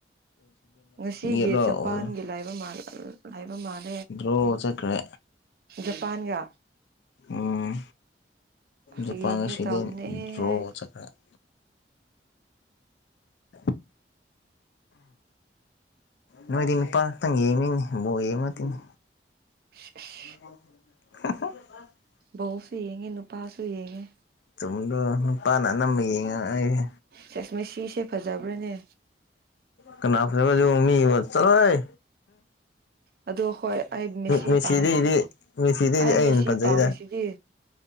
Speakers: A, on the right; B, on the left.
A: ꯉꯁꯤꯒꯤ
B: ꯑꯩꯠꯂ
A: ꯖꯄꯥꯟꯒꯤ
B: ꯑꯣꯏꯕꯅꯦ
A: ꯂꯩꯕ ꯃꯥꯜꯂꯦ ꯂꯩꯕ ꯃꯥꯜ
B: ꯗ꯭ꯔꯣ ꯆꯠꯈ꯭ꯔꯦ
A: ꯖꯄꯥꯟꯒ
B: ꯎꯝ ‌ꯖꯄꯥꯟ
A: ꯌꯦꯡꯒꯦ
B: ꯉꯁꯤ
A: ꯇꯧꯕꯅꯦꯍꯦ
B: ꯗꯔꯣ ꯆꯠꯈꯔꯦ ꯗ <inaudible> ꯅꯣꯏꯗꯤ ꯅꯨꯄꯥꯇꯪ ꯌꯦꯡꯅꯤꯡꯉꯤ ꯕꯣꯏ ꯌꯦꯡꯕ ꯅꯠꯇꯦꯅꯦ
A: <inaudible>
B: <inaudible>
A: ꯕꯧꯁꯨ ꯌꯦꯡꯉꯦ ꯅꯨꯄꯥꯁꯨ ꯌꯦꯡꯉꯦ
B: ꯆꯨꯝꯗ꯭ꯔꫭ‌‌ ꯅꯨꯄꯥꯅ ꯑꯅꯝꯕ ꯌꯦꯡꯉꯛꯑꯅꯤ
A: ꯁꯦꯁ ꯃꯦꯁꯤꯁꯦ ꯐꯖꯕ꯭ꯔꯅꯦ
B: ꯀꯅꯥ <unintelligible> ꯆꯠꯂꫭꯍꯦ
A: ꯑꯗꯣ ꯍꯣꯏ ꯑꯩ ꯃꯦꯁꯤ
B: ꯃꯦꯁꯤꯗꯩꯗꯤ
A: ꯄꯥꯝ
B: ꯃꯦꯁꯤꯗꯩꯗꯤ
A: ꯑꯩ
B: ꯑꯩꯅ
A: ꯃꯦꯁꯤ
B: ꯐꯖꯩꯗ
A: ꯄꯥꯝꯃꯤꯁꯤꯗꯤ